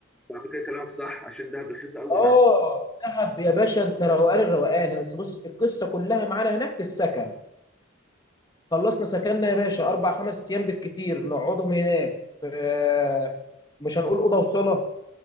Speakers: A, in the centre; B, on the left.
A: على فكره كلامك صح عشان دهب رخيصه قوي
B: اه
A: عن
B: دهب يا باشا انت روقان الروقان بس بص القصه كلها معانا هناك في السكن خلصنا سكننا يا باشا اربع خمس ايام بالكتير نقعدهم هناك آه، مش هنقول اوضه وصاله